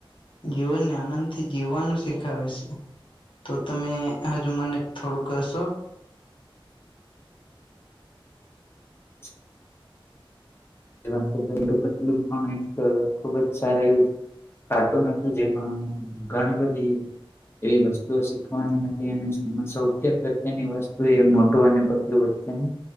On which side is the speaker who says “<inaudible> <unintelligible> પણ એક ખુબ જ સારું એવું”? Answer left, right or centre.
Left